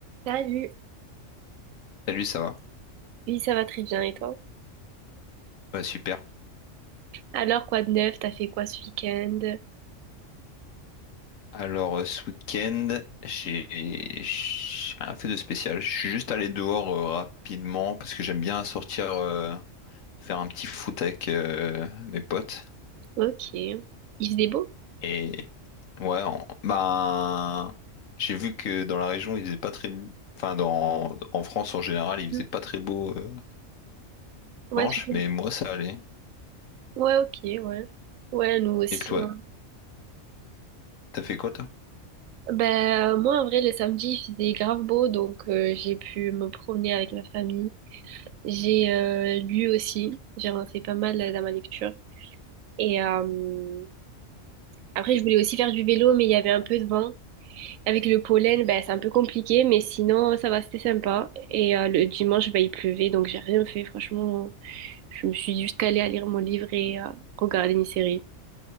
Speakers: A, on the right; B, on the left.
A: Salut.
B: Salut, ça va?
A: Oui, ça va très bien, et toi?
B: Ouais, super.
A: Alors, quoi de neuf? T'as fait quoi ce week-end?
B: Alors, euh, ce week-end, j'ai j'ai rien fait de spécial. Je suis juste allé dehors euh, rapidement parce que j'aime bien sortir euh, faire un petit foot avec euh, mes potes.
A: Ok. Il faisait beau?
B: Et ouais, en- ben, j'ai vu que dans la région, il faisait pas très beau. Enfin, dans, en France en général, il faisait
A: Mhm.
B: pas très beau euh,
A: Ouais,
B: dimanche,
A: surtout.
B: mais moi, ça allait.
A: Ouais, ok, ouais. Ouais, nous aussi.
B: Et toi,
A: hein.
B: T'as fait quoi, toi?
A: Ben, euh, moi, en vrai, le samedi, il faisait grave beau, donc euh, j'ai pu me promener avec ma famille. J'ai euh, lu aussi. J'ai avancé pas mal euh, dans ma lecture. Et euh, après, je voulais aussi faire du vélo, mais il y avait un peu de vent. Avec le pollen, ben, c'est un peu compliqué, mais sinon, ça va, c'était sympa. Et euh, le dimanche, ben, il pleuvait, donc j'ai rien fait, franchement. Je me suis juste calée à lire mon livre et à regarder une série.